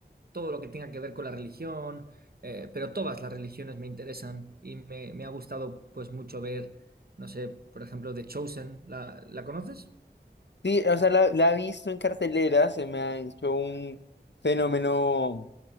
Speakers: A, on the right (about 60°); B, on the left (about 80°).
A: todo lo que tenga que ver con la religión, eh, pero todas las religiones me interesan y me, me ha gustado pues mucho ver, no sé, por ejemplo, The Chosen. ¿La, la conoces?
B: Sí, o sea, la, la he visto en cartelera, se me ha hecho un fenómeno